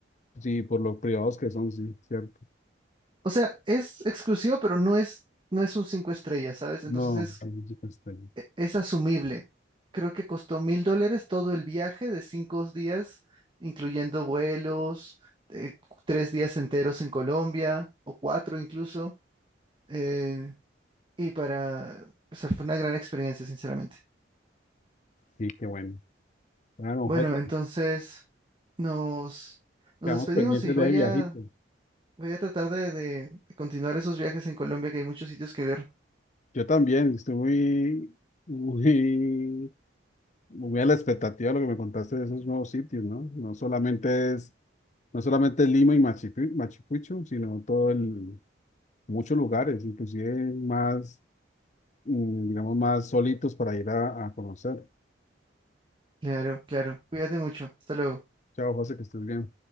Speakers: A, on the left; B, on the right.
A: sí, por los privados que son, sí, cierto.
B: O sea, es exclusivo, pero no es, no es un cinco estrellas, ¿sabes? Entonces
A: No,
B: es
A: ahí sí que está ahí.
B: e- es asumible. Creo que costó mil dólares todo el viaje de cinco días, incluyendo vuelos, eh, tres días enteros en Colombia o cuatro incluso. eh, y para, o sea, fue una gran experiencia, sinceramente.
A: sí, qué bueno. Bueno,
B: Bueno,
A: José,
B: entonces nos, nos
A: quedamos
B: despedimos
A: pendientes
B: y voy
A: de ese viajito.
B: a, voy a tratar de, de de continuar esos viajes en Colombia, que hay muchos sitios que ver.
A: Yo también, estoy muy, muy Muy a la expectativa de lo que me contaste de esos nuevos sitios, ¿no? No solamente es, no solamente es Lima y Machu, Picchu, Machu Picchu, sino todo el, muchos lugares, inclusive más, mm, digamos, más solitos para ir a, a conocer.
B: Claro, claro. Cuídate mucho. Hasta luego.
A: Chao, José, que estés bien.